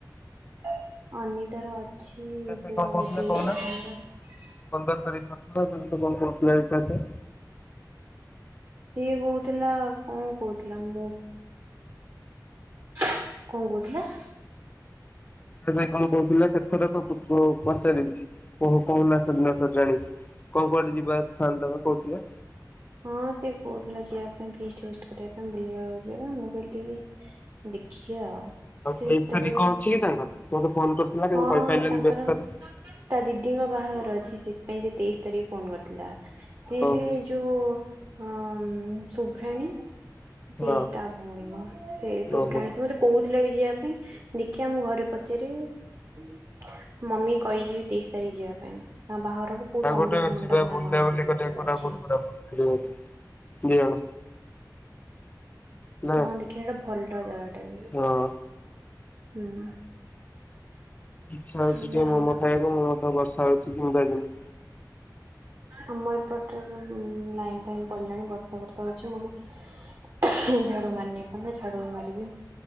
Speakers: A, on the right; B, on the left.
A: ଅନିତାର ଅଛି ଯୋଉ ତେଇଶିଦ
B: ବିକାଶ
A: ବ
B: ଭାଇ କଣ
A: <unintelligible>
B: କହୁଥିଲା କହୁନା
A: ର୍ଷ ହେଲା
B: ପନ୍ଦର ତାରିଖ ସାତ ଟା ତେଣୁ ତ କଣ କଣ ଅସୁବିଧା <unintelligible>
A: ସିଏ କହୁଥିଲା କଣ କହୁଥିଲା ମୁଁ କଣ କହୁଥିଲା?
B: <unintelligible> କଣ କହୁଥିଲା ଏଥରକ କୁକୁ ପଚାରିବି। କହୁ କହୁଲା ସେଦିନଠୁ ଜାଣି। କଣ କୁଆଡେ ଯିବା ଥାନ୍ତ କହୁଥିଲେ?
A: ହଁ ସେ କହୁଥିଲା ଯିବା ପାଇଁ ଫିଷ୍ଟ ଫିଷ୍ଟ୍ କରିବା ପାଇଁ ବୁଲିବାକୁ ଯିବା। ମୁଁ କହିଲି ଟିକେ ଦେଖିଆ ଆଉ।
B: ଆଉ
A: ସେ
B: ତେଇଶ
A: ଯେତେବେଳେ
B: ତାରିଖ କଣ ଅଛି କି ତାଙ୍କର? ମୋତେ ଫୋନ୍ କରିଥିଲା
A: ହଁ
B: କାଇଁ କହିପାଇଲାନି
A: ତାଙ୍କର
B: ବ୍ୟସ୍ତରେ।
A: ତା ଦିଦିଙ୍କ ବାହାଘର ଅଛି ସେଇଥିପାଇଁ ସେ ତେଇଶ ତାରିଖ ଫୋନ୍ କରିଥିଲା। ସିଏ
B: ଓହୋ
A: ବି ଯୋଉ ହଁ ଉଁ, ସୁଭ୍ରାଣୀ ସେଇ
B: ହଁ
A: ତା ଭଉଣୀ ମୋ। ସେ ସୁଭ୍ରାଣୀ
B: ଓହୋ
A: ସେ ମୋତେ କହୁଥିଲା ବି ଯିବା ପାଇଁ। ଦେଖିଆ ମୁଁ ଘରେ ପଚାରିବି। ମମି କହିଚି ବି ତେଇଶ ତାରିଖ ଯିବା ପାଇଁ ତାଙ୍କ ବାହାଘରକୁ। କୋଉଠି
B: ତା ଗୋଟେ
A: ଅମ୍ବିକା
B: ଯିବା
A: ମଣ୍ଡପ
B: ବୁଲା
A: ନା କଣ
B: ବୁଲି
A: କୋଉଠି
B: କରିବା
A: ଅଛି ଗୋଟେ
B: କୋରାପୁଟ
A: ଅଛି।
B: ଫୋରାପୁଟ। ଖାଲି ମଜା ଦି ଜଣ ନା
A: ହଁ ଦେଖିଆ ସେଟା ଭଲ ଜାଗା ଟା ବି
B: ହଁ
A: ହୁଁ।
B: ଇଚ୍ଛା ହଉଛି
A: ଏଇଆ
B: ଟିକେ ମୋମୋ
A: ଆଉ
B: ଖାଇବାକୁ। ମୋମୋ ତ ବର୍ଷା ହଉଛି <unintelligible>
A: ଆମ ଏପଟରେ ତ ଉଁ, ଲାଇନ୍ ଫାଇନ୍ ପଲାଣି ବର୍ଷା ବର୍ଷା ହଉଛି ମୁଁ ବି ଝାଡୁ ମାରିନି ଏପନ୍ତ ଝାଡୁ ବି ମାରିବି।